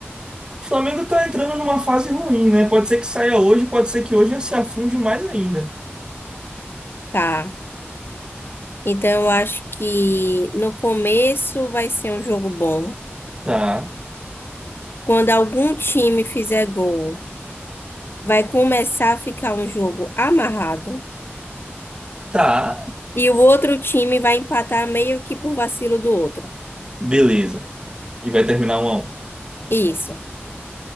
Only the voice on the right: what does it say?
O Flamengo tá entrando numa fase ruim, né? Pode ser que saia hoje, pode ser que hoje já se afunde mais ainda.
Tá,
tá,
beleza. E vai terminar um a um.